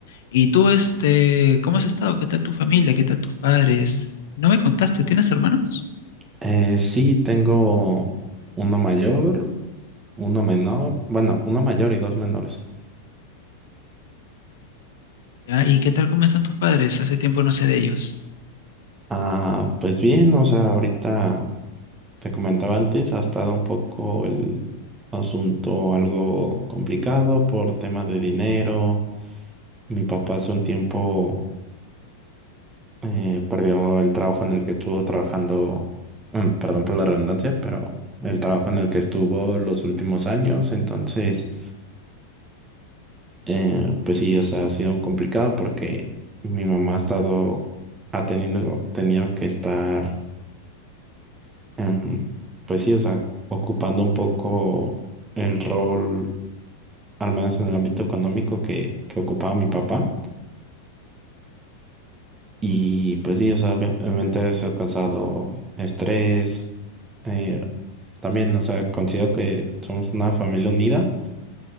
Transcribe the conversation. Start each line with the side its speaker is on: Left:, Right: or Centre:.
Left: Y tú, este, ¿cómo has estado? ¿Qué tal tu familia? ¿Qué tal tus padres? No me contaste, ¿tienes hermanos?
Right: Eh, sí, tengo uno mayor, uno menor, bueno, uno mayor y dos menores.
Left: ¿Ya? ¿Y qué tal, cómo están tus padres? Hace tiempo no sé de ellos.
Right: Ah, pues bien, o sea, ahorita te comentaba antes, ha estado un poco el asunto algo complicado por tema de dinero. Mi papá hace un tiempo eh, perdió el trabajo en el que estuvo trabajando, mm, perdón por la redundancia, pero el trabajo en el que estuvo los últimos años, entonces, eh, pues sí, o sea, ha sido complicado porque mi mamá ha estado, ha tenido, tenido que estar, em, pues sí, o sea, ocupando un poco el rol, al menos en el ámbito económico que, que ocupaba mi papá. Y pues sí, o sea, obvia- obviamente eso ha causado estrés. eh, también, o sea, considero que somos una familia unida,